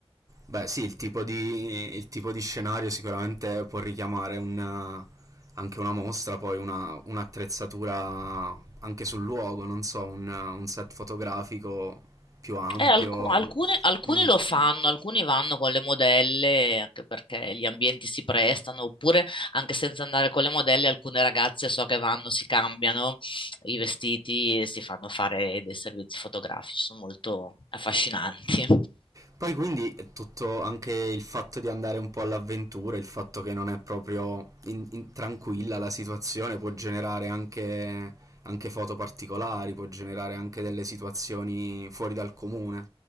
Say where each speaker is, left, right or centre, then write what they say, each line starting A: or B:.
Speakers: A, on the right; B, on the left.
A: Beh, sì, il tipo di, il tipo di scenario sicuramente può richiamare un, anche una mostra, poi una, un'attrezzatura anche sul luogo, non so, un, un set fotografico più ampio.
B: Eh, alcu- alcuni, alcuni
A: Mm.
B: lo fanno, alcuni vanno con le modelle, anche perché gli ambienti si prestano, oppure anche senza andare con le modelle, alcune ragazze so che vanno, si cambiano i vestiti e si fanno fare dei servizi fotografici, sono molto affascinanti.
A: Poi quindi è tutto anche il fatto di andare un po' all'avventura, il fatto che non è proprio in- in- tranquilla la situazione può generare anche, anche foto particolari, può generare anche delle situazioni fuori dal comune.